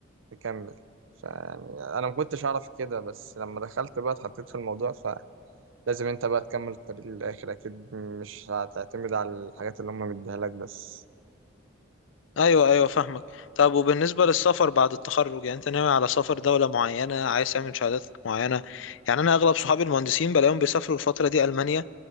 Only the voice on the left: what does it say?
ايوه ايوه فاهمك طب وبالنسبه للسفر بعد التخرج يعني انت ناوي على سفر دوله معينه عايز تعمل شهادات معينه يعني انا اغلب صحابي المهندسين بلاقيهم بيسافروا الفتره دي المانيا